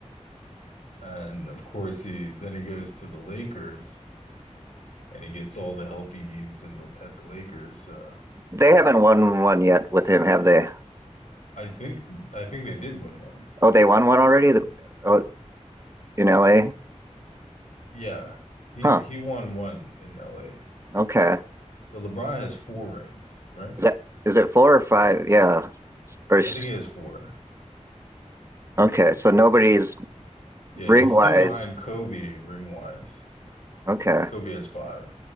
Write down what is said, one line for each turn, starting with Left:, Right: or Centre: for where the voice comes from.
Left: And of course he then he goes to the Lakers and he gets all the help he needs in the at the Lakers. So
Right: They haven't won one yet with him, have they?
Left: I think I think they did win one.
Right: Oh, they won one already. The- Oh, in LA?
Left: Yeah. He
Right: Huh.
Left: he won one in LA.
Right: Okay.
Left: So LeBron has four rings, right?
Right: Is that is it four or five? Yeah. Or sh-
Left: I think he has four.
Right: okay. So nobody's
Left: Yeah,
Right: ring
Left: he's
Right: wise.
Left: still behind Kobe ring wise.
Right: Okay.
Left: Kobe has five.